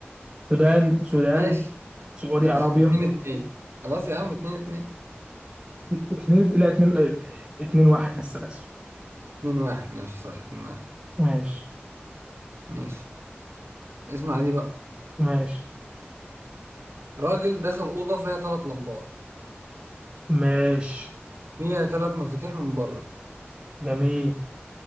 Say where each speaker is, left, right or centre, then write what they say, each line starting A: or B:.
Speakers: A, on the right; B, on the right.
A: السودان السودان
B: ماشي
A: سعودي
B: ماشي
A: عربية
B: اتنين اتنين خلاص يا عم اتنين اتنين
A: اتنين لا اتنين اتنين واحد لسه للأسف
B: اتنين واحد ماشي صح اتنين واحد
A: ماشي
B: ماشي اسمع دي بقى
A: ماشي
B: راجل دخل أوضة فيها تلات لمبات
A: ماشي
B: فيها تلات مفاتيح من بره
A: جميل